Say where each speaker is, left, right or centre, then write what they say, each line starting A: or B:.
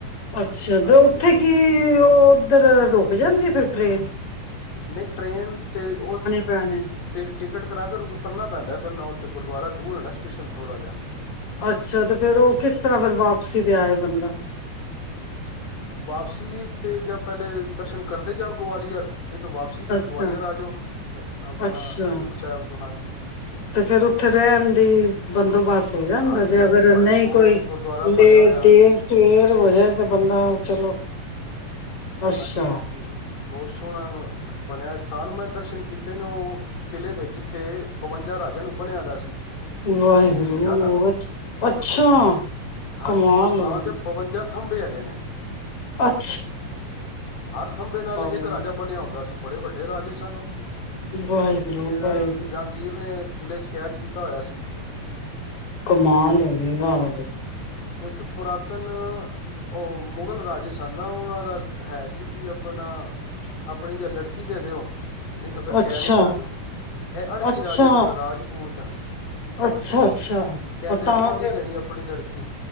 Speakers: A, on the left; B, on the left.
A: ਅੱਛਾ
B: ਹਾਂਜੀ
A: ਤੇ ਉੱਥੇ
B: ਹਾਂਜੀ
A: ਕੀ ਉਹ ਇੱਧਰ ਰੁਕ ਜਾਂਦੀ ਫਿਰ ਟ੍ਰਰੇਨ
B: ਨਹੀਂ ਟ੍ਰੇਨ ਤੇ ਉਹ
A: ਪੈਣੇ
B: ਟ ਟਿਕਟ ਕਰਾ ਕੇ ਉਤਰਨਾ ਪੈਂਦਾ ਫਿਰ ਨਾ ਉੱਥੇ ਗੁਰਦੁਆਰਾ ਦੂਰ ਹੈ ਨਾ ਸਟੇਸ਼ਨ ਥੋੜਾ ਜਿਹਾ
A: ਅੱਛਾ ਤੇ ਫੇਰ ਉਹ ਕਿਸ ਤਰ੍ਹਾਂ ਫਿਰ ਵਾਪਸੀ ਤੇ ਆਏ ਬੰਦਾ।
B: ਵਾਪਸੀ ਤੇ ਜਾਂ ਪਹਿਲੇ ਦਰਸ਼ਨ ਕਰਦੇ ਜਾਓ ਗਵਾਲੀਅਰ ਨਹੀਂ ਤਾਂ ਵਾਪਸੀ ਫੇਰ
A: ਅੱਛਾ
B: ਗਵਾਲੀਅਰ ਆ ਜਾਓ ਆਪਣਾ
A: ਅੱਛਾ
B: ਹਜ਼ੂਰ ਸਾਹਿਬ ਤੋਂ ਹਾਂਜੀ
A: ਤੇ ਫੇਰ ਉੱਥੇ ਰਹਿਣ ਦੀ ਬੰਦੋਬਸਤ ਹੋ ਜਾਂਦਾ
B: ਹਾਂਜੀ
A: ਜੇ
B: ਹਾਂਜੀ
A: ਅਗਰ
B: ਬੜੇ
A: ਨਹੀਂ
B: ਸੋਹਣਾ
A: ਕੋਈ
B: ਗੁਰਦੁਆਰਾ
A: ਲੇਟ
B: ਬਣਿਆ ਹੋਇਆ ਹਾਂਜੀ
A: ਦੇਰ ਸਵੇਰ ਹੋ ਜਾਏ ਤਾਂ ਬੰਦਾ ਚਲੋ। ਅੱਛਾ
B: ਹਾਂਜੀ- ਹਾਂਜੀ ਬਹੁਤ ਸੋਹਣਾ ਬਣਿਆ ਸਥਾਨ ਮੈਂ ਦਰਸ਼ਨ ਕੀਤੇ ਨੇ ਉਹ ਕਿਲ੍ਹੇ ਦੇ ਜਿੱਥੇ ਬਵੰਜਾ ਰਾਜਿਆਂ ਨੂੰ ਬਣਿਆ ਦਾ ਸੀ।
A: ਵਾਹਿਗੁਰੂ
B: ਜੰਜੀਰਾਂ ਨਾਲ
A: ਅੱਛਾ
B: ਹਾਂਜੀ
A: ਕਮਾਲ
B: ਉਹ ਸਥਾਨ
A: ਲਓ।
B: ਤੇ ਬਵੰਜਾ ਥੰਬੇ ਹੈਗੇ ਨੇ।
A: ਅੱ
B: ਹਰ ਥੰਬੇ ਨਾਲ ਇੱਕ
A: ਵਾਹ
B: ਰਾਜਾ ਬਣਿਆ ਹੁੰਦਾ ਸੀ। ਬੜੇ ਵੱਡੇ ਰਾਜੇ ਸਨ ਉਹ
A: ਵਾਹਿਗੁਰੂ
B: ਜਿਹਨਾਂ
A: ਵਾਹਿਗੁਰੂ
B: ਜਹਾਂਗੀਰ ਨੇ ਕਿਲ੍ਹੇ 'ਚ ਕੈਦ ਕੀਤਾ ਹੋਇਆ ਸੀ।
A: ਕਮਾਲ ਹੋਵੇਗਾ ਅ
B: ਕਿਉਂਕਿ ਪੁਰਾਤਨ ਉਹ ਮੁਗਲ ਰਾਜੇ ਸਨ ਨਾ ਉਹਨਾਂ ਦਾ ਹੈ ਸੀ ਕਿ ਆਪਣਾ ਆਪਣੀ ਜਾਂ ਲੜਕੀ ਦੇ ਦਿਓ। ਨਹੀਂ ਤੂੰ ਫਿਰ
A: ਅੱਛਾ
B: ਕਹਿ ਦੇ 'ਚ ਆ ਜਾਓ ਇਹ ਅਣਖੀ
A: ਅੱਛਾ
B: ਰਾਜੇ ਸਨ ਰਾਜਪੂਤ
A: ਅੱਛਾ ਅੱਛਾ
B: ਕਹਿੰਦੇ
A: ਉਹ ਤਾਂ
B: ਆਪਾਂ
A: ਫਿਰ
B: ਨੀ ਦੇਣੀ ਆਪਣੀ ਲੜਕੀ